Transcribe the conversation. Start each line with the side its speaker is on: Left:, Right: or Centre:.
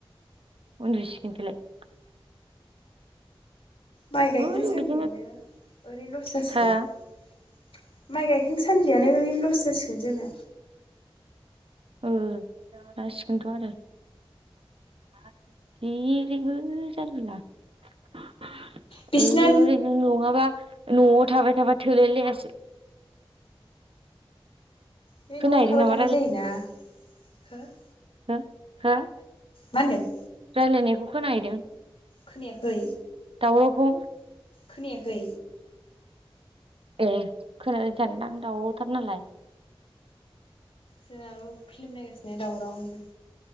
Right: उन्दुसिगोन फैलाय <inaudible>
Left: माइ गायखां
Right: ओरै
Left: सान्दियानो
Right: बिदिनो
Left: ओरैनो लस जासिगोन
Right: था
Left: <unintelligible> माइ गायखां सानदियानो ओरैनो लस जासिगोन जोंना
Right: औ र दवार <unintelligible> जिरिबो जलिला <unintelligible>
Left: बिसिना
Right: ओरैनो नङाबा न'आव थाबाय थाबा थोलाय लायासै <inaudible>
Left: बे
Right: खोनाहैदों
Left: न'आव थाबाय
Right: नामा
Left: थानाय जायोना हो <unintelligible>
Right: ह हा <unintelligible>
Left: मदों <unintelligible>
Right: राय्लायनायखौ खोनाहैदों
Left: खोनायाखै
Right: बररख <unintelligible>
Left: खोनायाखै
Right: ए खोनानो थानदां दाउथार नालाय <unintelligible>
Left: सोरनाबो फिल्म नायगासिनो दावराव <unintelligible>